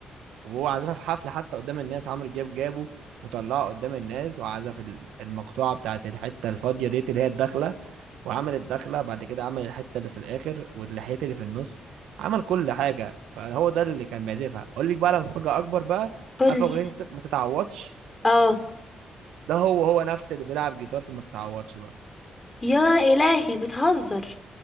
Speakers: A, on the right; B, on the left.
A: وهو عزفها في حفلة حتى قدام الناس عمرو دياب جابه وطلعه قدام الناس وعزف ال- المقطوعة بتاعت الحتة الفاضية ديت اللي هي الدخلة وعمل الدخلة بعد كده عمل الحتة اللي في الآخر واللحية اللي في النص عمل كل حاجة فهو ده اللي كان بيعزفها أقول لك بقى على مفاجأة أكبر بقى
B: قولي
A: عارف أغنية ما تتعوضش
B: اه
A: ده هو هو نفس اللي بيلعب جيتار في ما تتعوضش برضه
B: يا إلهي بتهزر